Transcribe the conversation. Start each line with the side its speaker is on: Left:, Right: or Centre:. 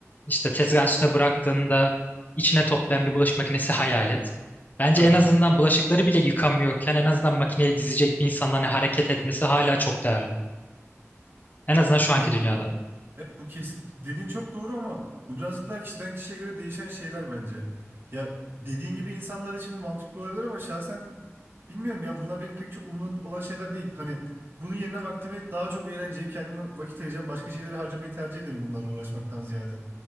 Left: işte tezgahın üstüne bıraktığında içine toplayan bir bulaşık makinesi hayal et. Bence
Right: Ha.
Left: en azından bulaşıkları bile yıkamıyorken en azından makineye dizecek bir insanın hani hareket etmesi hala çok değerli. En azından şu anki
Right: Ya bu
Left: dünyada.
Right: e, bu kesin dediğin çok doğru ama bu birazcık daha kişiden kişiye göre değişen şeyler bence. Ya dediğin gibi insanlar için bu mantıklı olabilir ama şahsen Bilmiyorum ya bunlar benim pek çok umurumda olan şeyler değil. Hani bunun yerine vaktimi daha çok eğleneceğim, kendime vakit ayıracağım, başka şeyleri harcamayı tercih ederim bunlarla uğraşmaktan ziyade.